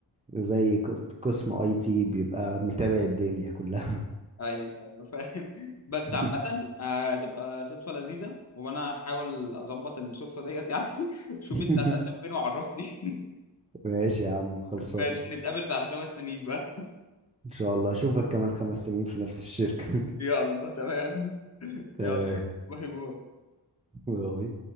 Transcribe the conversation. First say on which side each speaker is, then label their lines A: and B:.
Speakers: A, on the right (about 15°); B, on the left (about 35°).
A: زي قس- قسم اي تي بيبقى متابع الدنيا كلها
B: ايوه ايوه فاهم <laughs> بس
A: <laughs>
B: عامه آه، هتبقى صدفه لذيذه وانا هحاول اظبط الصدفه ديت يعني <laughs> شوف
A: <laughs>
B: انت هتقدم فين وعرفني <laughs>
A: ماشي يا عم خلصان
B: ماشي نتقابل بعد خمس سنين بقى
A: ان شاء الله اشوفك كمان خمس سنين في نفس الشركة <laughs>
B: يلا تمام <laughs>
A: تمام
B: يلا باي باي
A: باي